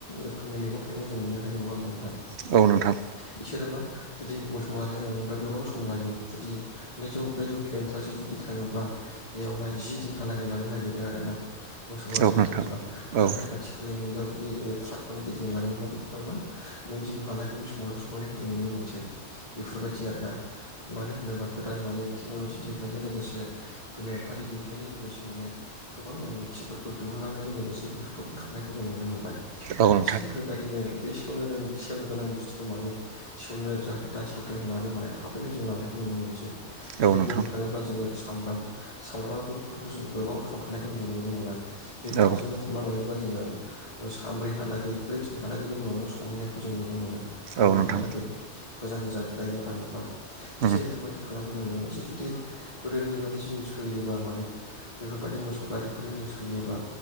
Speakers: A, on the left; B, on the right.
A: रोखोमनि मैगं थाइगं जों मोननो हायो नङा होमबा नोंथां?
B: औ नोंथां
A: बिसोरो मा जुदि मोसौ गारिजों लाङोब्ला गोबाव सम लायो जुदि नैजौ ब्रैजौ किल'मिटारसे जुदि थाङोब्ला बेयाहाय जि दिनहालागै लानो नागिरो आरोना मोसौ गारिजों
B: औ
A: थाङोब्ला नाथाय
B: उम
A: आथिखालनि मुगायाव जुदि ओ ट्राकफोरनि गेजेरजों लाङोब्ला बेखौ खौहाय मा नैदिन हालागैनि समावनो सहैनायखौ जों नुनो मोनसै बेफोरबायदि आरोना। मानो होनोबा गोदान माने टेक्न'लजि दिहुननायजों लोगोसे गोनोखोआरि दिहुननायजों लोगोसे माने गोबां नांगौथिफोरखौ दिहुनलांनायजों लोगोसे बेफोरखौ बुथुमनायखौ जों नुनो मोनबाय। थिग
B: औ नोंथां
A: बेफोरबायदिनो बे सेवनोरों सेवनो गोनां बुस्थुखौ माने सौवनो जाहाथे दा सौवथों होननानै माने थाबैनो जों लांनायखौ नुनो मोनसै। जेरै
B: औ नोंथां
A: बुंनो थाङोब्ला जोङो सामब्राम सामब्रामाखौ फोरखौ जों गोबाव सम थानायखौ जों नुनो मोना बेखौहाय
B: औ
A: जुनथे हमना लायोब जोङो ओ सनब्रै हालागै ब्रै थिन हालाग बेनि उनावनो सहैनायखौ जों नुनो मोनो थाम
B: औ
A: दिनहालागै।
B: नोंथां
A: गोजान गोजान ज्लायगायाव लाङोब्ला
B: उम
A: थिग बेफोरबायदि खालामखौ जों नुनो मोनसे जुदि गोदोनि बायदि जुदि जों सोलियोबा माने बेफोरबायदि मोसौ गारिफोरजों जों सोलियोबा